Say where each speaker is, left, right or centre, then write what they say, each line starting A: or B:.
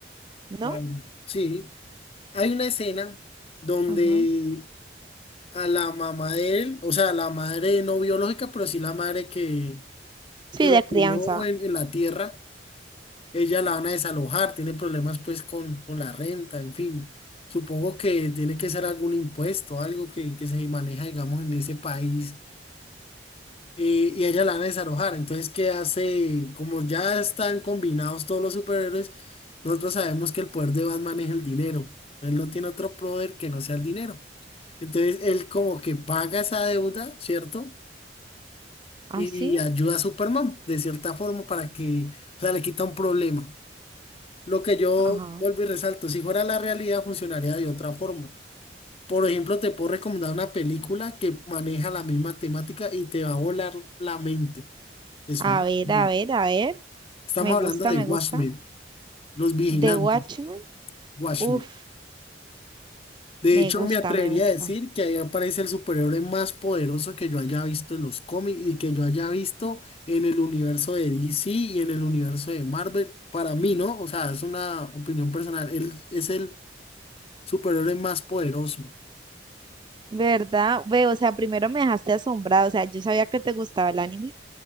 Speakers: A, on the right; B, on the left.
A: ¿no?
B: claro. Sí. Hay una escena donde
A: Ajá.
B: a la mamá de él, o sea, a la madre no biológica, pero sí la madre que,
A: Sí,
B: que lo
A: de crianza.
B: crió en, en la tierra, ella la van a desalojar, tiene problemas pues con, con la renta, en fin. Supongo que tiene que ser algún impuesto, algo que, que se maneja, digamos, en ese país, eh, y a ella la van a desalojar. Entonces, ¿qué hace? Como ya están combinados todos los superhéroes, nosotros sabemos que el poder de Batman es el dinero. Él no tiene otro poder que no sea el dinero. Entonces él como que paga esa deuda, ¿cierto?
A: ¿Ah,
B: y
A: sí?
B: ayuda a Superman de cierta forma para que, o sea, le quita un problema. Lo que yo
A: Ajá.
B: vuelvo y resalto, si fuera la realidad funcionaría de otra forma. Por ejemplo, te puedo recomendar una película que maneja la misma temática y te va a volar la mente. Es
A: A
B: muy
A: ver,
B: bueno.
A: a ver, a ver.
B: Estamos
A: Me gusta,
B: hablando de
A: me
B: Watchmen,
A: gusta.
B: Los Vigilantes,
A: The Watchmen.
B: Watchmen.
A: Uf,
B: De
A: me
B: hecho,
A: gusta,
B: me atrevería
A: me gusta.
B: a decir que ahí aparece el superhéroe más poderoso que yo haya visto en los cómics y que yo haya visto en el universo de DC y en el universo de Marvel. Para mí, ¿no? O sea, es una opinión personal. Él es el superhéroe más poderoso
A: ¿Verdad? Ve, o sea, primero me dejaste asombrado. O sea, yo sabía que te gustaba el anime,